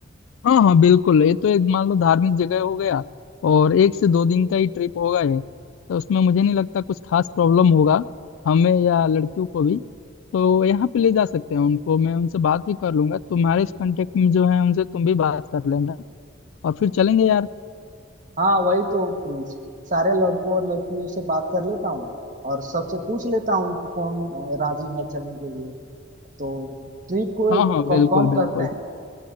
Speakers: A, on the left; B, on the right.
A: हाँ हाँ बिल्कुल ये तो एक मान लो धार्मिक जगह हो गया और एक से दो दिन का ही ट्रिप होगा ये तो उसमें मुझे नहीं लगता कुछ खास प्रॉब्लम होगा हमें या लड़कियों को भी तो यहाँ पे ले जा सकते हैं उनको मैं उनसे बात भी कर लूंगा तुम्हारे इस कांटेक्ट में जो है उनसे तुम भी बात कर लेना और फिर चलेंगे यार
B: हाँ वही तो प्रिंस सारे लड़कों और लड़कियों से बात कर लेता हूँ और सबसे पूछ लेता हूँ कि कौन अ, राजी है चलने के लिए तो ट्रिप को
A: हाँ हाँ बिल्कुल
B: कंफर्म
A: बिल्कुल
B: करते हैं